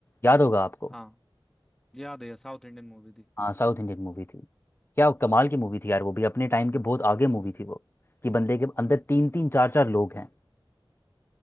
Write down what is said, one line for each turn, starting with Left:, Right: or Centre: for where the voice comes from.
Left: याद होगा आपको
Centre: हाँ याद है साउथ इंडियन मूवी थी
Left: हाँ साउथ इंडियन मूवी थी क्या कमाल की मूवी थी यार वो भी अपने टाइम के बहुत आगे मूवी थी वो कि बंदे के अंदर तीन तीन चार चार लोग हैं